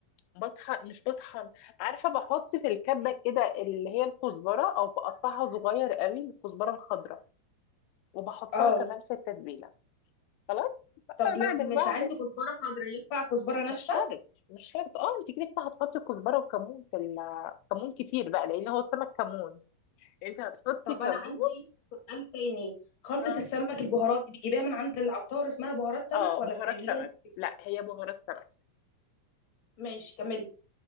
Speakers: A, on the left; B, on the left.
A: بطحن مش بطحن عارفة بحط في الكبة كده اللي هي الكزبرة او بقطعها صغير قوي الكزبرة الخضراء وبحطها
B: اه
A: كمان في التتبيلة خلاص بقى
B: طب لو
A: بعد ما
B: مش
A: بعمل
B: عندي كزبرة خضراء ينفع كزبرة ناشفة
A: مش شرط مش شرط اه انت كده كده هتحطي كزبرة وكمون في ال- كمون كتير بقى لان هو السمك كمون انت هتحطي
B: طب
A: كمون
B: انا عندي سؤال تاني خلطة
A: اه
B: السمك البهارات دي بتجيبيها من عند العطار اسمها بهارات سمك
A: آه،
B: ولا
A: بهارات
B: بتعمليها
A: سمك
B: انت في البيت؟
A: لا هي بهارات سمك
B: ماشي كملي